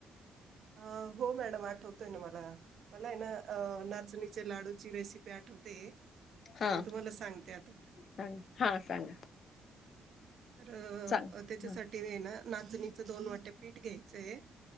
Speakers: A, on the right (about 50°); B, on the left (about 45°).
A: अ हो मॅडम आठवतोय ना मला मला आहे ना अ नाचणीचे लाडूची रेसिपी आठवते.
B: हा
A: ती मी तुम्हाला सांगते आता.
B: सांगा हा सांगा
A: तर
B: सांग
A: अ त्याच्यासाठी
B: हा
A: ए ना नाचणीचं दोन वाट्या पीठ घ्यायचंय.